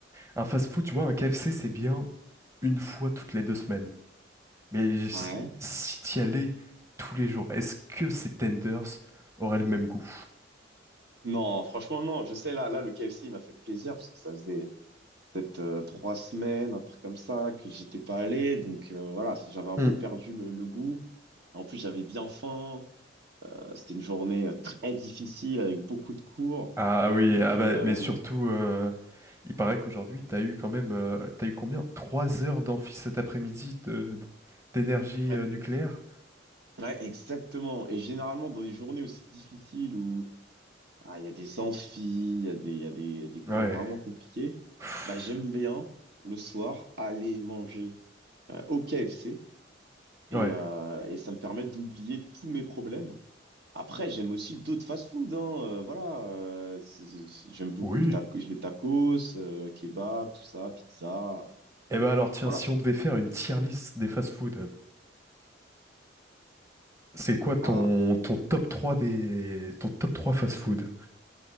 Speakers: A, on the right; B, on the right.
A: Un fast-food, tu vois, un KFC, c'est bien une fois toutes les deux semaines. Mais je
B: Ouais.
A: sais- si t'y allais tous les jours, est-ce que ces tenders auraient le même goût?
B: Non, franchement, non. Je sais, là, là, le KFC, il m'a fait plaisir parce que ça faisait, peut-être euh, trois semaines, un truc comme ça, que j'étais pas allé. Donc euh, voilà, ça- j'avais un
A: Hmm.
B: peu perdu le, le goût. En plus, j'avais bien faim. Euh, c'était une journée euh, très difficile avec beaucoup de cours.
A: Ah oui,
B: Donc
A: ah bah,
B: euh,
A: mais surtout, euh, il paraît qu'aujourd'hui, t'as eu quand même, euh, t'as eu combien? Trois heures d'amphi cet après-midi de- d'énergie
B: ouais,
A: euh, nucléaire?
B: ouais, exactement. Et généralement, dans des journées aussi difficiles où ah, il y a des amphis, il y a des, il y a des, il y a des cours
A: Ouais.
B: vraiment compliqués,
A: Pff,
B: bah, j'aime bien le soir aller manger euh, au KFC. Et,
A: Ouais.
B: euh, et ça me permet d'oublier tous mes problèmes Après, j'aime aussi d'autres fast-food, hein, euh, voilà. euh, c'est- c'est- c'est- j'aime beaucoup
A: Oui.
B: le taco, les tacos, euh, kebab, tout ça, pizza,
A: Eh ben alors tiens,
B: voilà.
A: si on devait faire une tier list des fast-food, c'est quoi ton,
B: Ah,
A: ton top trois des ton top 3 fast-food?